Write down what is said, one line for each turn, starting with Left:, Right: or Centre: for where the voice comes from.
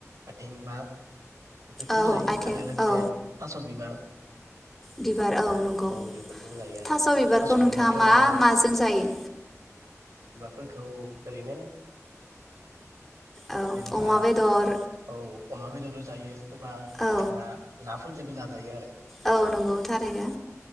Right: आथिं बा बेफोरखौबो
Centre: औ
Right: जायो
Centre: आथिं
Right: आरो लोगोसे
Centre: औ
Right: थास' बिबार
Centre: बिबार औ नंगौ
Right: औ बेफोरखौबो जायो आरो
Centre: थास' बिबारखौ नोंथाङा
Right: बिबारफोरा
Centre: मा
Right: माने
Centre: माजों जायो।
Right: फोरखौ ओरैनो
Centre: औ
Right: जेनेबा
Centre: अमा बेदर
Right: औ। अमा बेदर जायो। सोरबा
Centre: औ
Right: ना ना फोरजोंबो जायो आरो।
Centre: औ नंगौ थारैनो